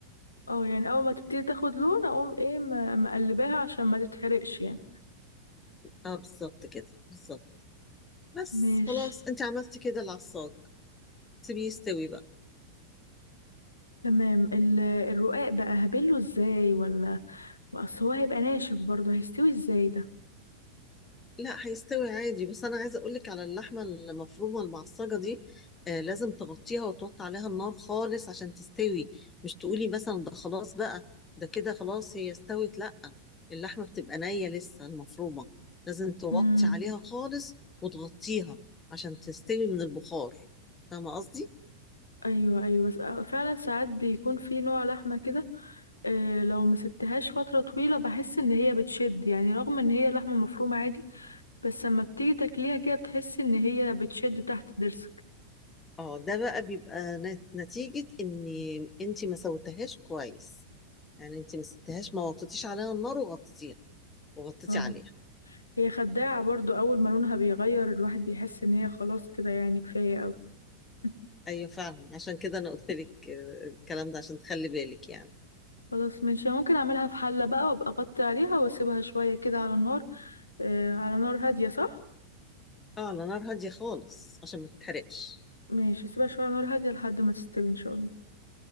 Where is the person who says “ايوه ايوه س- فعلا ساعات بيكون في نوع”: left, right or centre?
Left